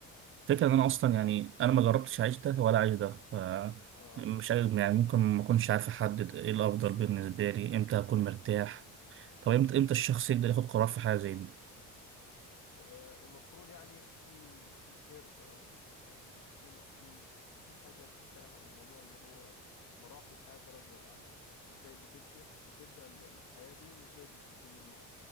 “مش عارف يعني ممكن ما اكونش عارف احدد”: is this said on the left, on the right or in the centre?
Right